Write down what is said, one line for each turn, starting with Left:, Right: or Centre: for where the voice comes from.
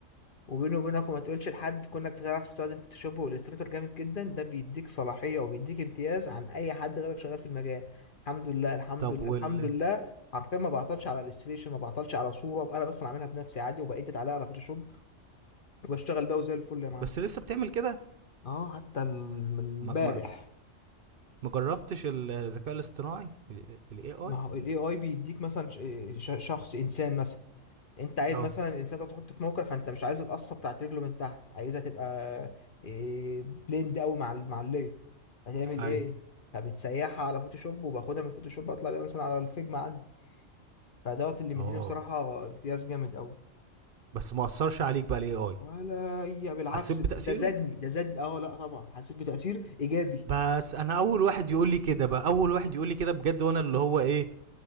Left: وبيني وبينك وما تقولش لحد كونك بتعرف تستخدم فوتوشوب والستريتور جامد جدا ده بيديك صلاحية وبيديك امتياز عن أي حد غيرك شغال في المجال الحمد لله الحمد
Right: طب
Left: لله
Right: وال
Left: الحمد لله حرفيا ما بعطلش على الستريشن ما بعطلش على صورة أنا بدخل أعملها بنفسي عادي وبأديت عليها على فوتوشوب وبشتغل بيها وزي الفل يا معلم
Right: بس لسه بتعمل كده
Left: اه حتى ال- من
Right: ما
Left: امبارح
Right: ما ما جربتش الذكاء الاصطناعي الاي اي
Left: ما هو الاي اي بيديك مثلا ش- ش- شخص انسان مثلا انت عايز
Right: اه
Left: مثلا الانسان ده تحطه في موقع فانت مش عايز القصه بتاعت رجله من تحت عايزها تبقى إيه بليند قوي مع ال- مع اللير هتعمل
Right: ايوه
Left: ايه فبتسيحها على فوتوشوب وباخدها من فوتوشوب اطلع بيها مثلا على الفيجما عندي فدوت اللي مديني
Right: اه
Left: بصراحه امتياز جامد قوي
Right: بس ما اثرش عليك بقى الاي اي
Left: ولا هي بالعكس
Right: حسيت بتاثيره
Left: ده ده زادني ده زادني اه لا طبعا حسيت بتاثير ايجابي
Right: بس انا اول واحد يقول لي كده بقى اول واحد يقول لي كده بجد وانا اللي هو ايه